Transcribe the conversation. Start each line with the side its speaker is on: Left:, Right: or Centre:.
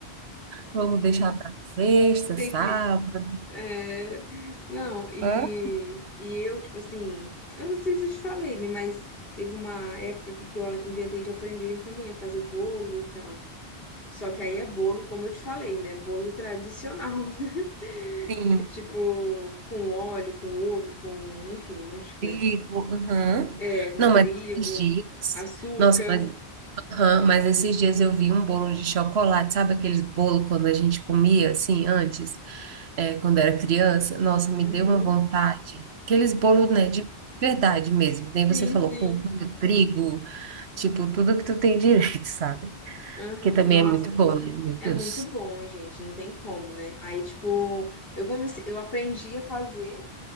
Right: Vamos deixar para sexta,
Left: Tem
Right: sábado.
Left: que. é, Não, e,
Right: Hã?
Left: e eu, tipo assim, eu não sei se eu te falei, né? Mas teve uma época aqui que eu inventei de aprender também a fazer bolo e tal. Só que aí é bolo, como eu te falei, né? Bolo tradicional. <laughs>
Right: Sim,
Left: É tipo, com óleo, com ovo, com, enfim, um monte de coisa.
Right: digo, aham.
Left: É, com
Right: Não,
Left: trigo,
Right: mas esses dias.
Left: açúcar.
Right: Nossa, mas, aham, mas esses dias eu vi um bolo de chocolate, sabe aqueles bolo quando a gente comia assim antes? é, quando era criança, nossa, me
Left: Uhum.
Right: deu uma vontade. Aqueles bolos, né, de verdade mesmo. que Nem você
Left: Sim,
Right: falou
Left: sim.
Right: com molho, trigo, tipo, tudo que tu tem direito, <laughs> sabe?
Left: Aham.
Right: Que também
Left: Nossa,
Right: é muito bom, né? Meu
Left: é
Right: Deus.
Left: muito bom, gente. Não tem como, né? Aí, tipo, eu comecei, eu aprendi a fazer.